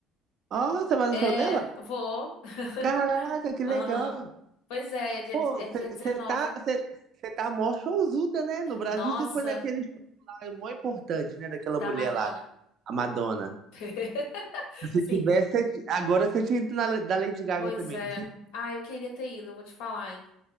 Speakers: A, on the right (about 55°); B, on the left (about 80°).
A: Ó, você vai no
B: É,
A: show dela?
B: vou. <laughs>
A: Caraca, que
B: Aham.
A: legal.
B: Pois é, é dia,
A: Pô,
B: é
A: você
B: dia 19.
A: tá, cê, cê tá mó showzuda, né? No Brasil
B: Nossa,
A: você foi naquele show lá, é mó importante, né? Daquela
B: da
A: mulher
B: Madonna.
A: lá, a Madonna.
B: <laughs>
A: Se
B: Sim,
A: tivesse, cê ti- agora você tinha ido na, da Lady Gaga
B: pois
A: também.
B: é.
A: não tinha?
B: Ah, eu queria ter ido, eu vou te falar, hein?